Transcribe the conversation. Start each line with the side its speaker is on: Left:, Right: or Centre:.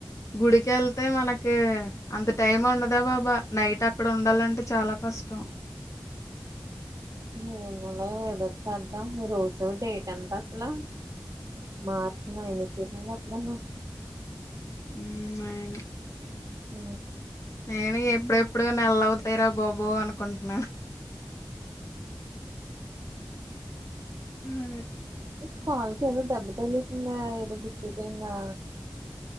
Left: గుడికి వెళ్తే మనకి అంత టైం ఉండదా బాబా నైట్ అక్కడ ఉండాలంటే చాలా కష్టం
Right: అ ఏములే ఎదురు చేద్దాం ఈ రోజు డేట్ ఎంత అసలు మార్చి నైన్ వచ్చేసింది ఎప్పుడేమో
Left: ఊ నైను
Right: ఊ
Left: నేను ఎప్పుడెప్పుడు నెల్ల అవుతాయి రా బాబో అనుకుంటున్నాను అది
Right: కాల్కి ఏదో దెబ్బ తెగిలేసింద ఏదో గుచ్చుపోయిందా